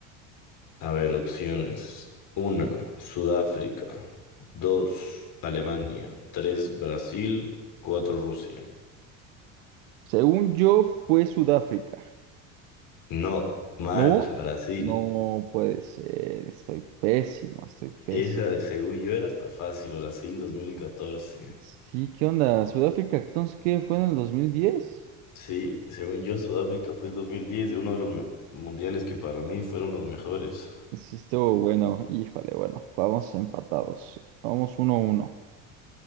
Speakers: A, on the left (about 55°); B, on the right (about 80°).
A: A ver, opciones. uno, Sudáfrica. Dos, Alemania. Tres, Brasil. Cuatro, Rusia.
B: Según yo, fue Sudáfrica.
A: No, mal,
B: ¿No?
A: <laughs> Brasil.
B: No puede ser. Estoy pésimo, estoy pésimo.
A: Esa, según yo, era hasta fácil, Brasil 2014.
B: Sí, ¿qué onda? ¿Sudáfrica entonces qué fue en el 2010?
A: Sí, según yo, Sudáfrica fue el dos mil diez de uno de los me- mundiales que para mí fueron los mejores.
B: Sí, estuvo bueno. Híjole, bueno, vamos empatados. Vamos 1 uno.